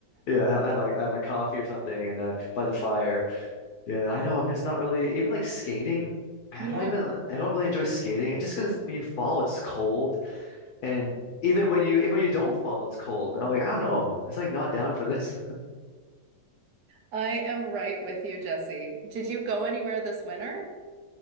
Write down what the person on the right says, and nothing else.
Yeah.
I am right with you, Jesse. Did you go anywhere this winter?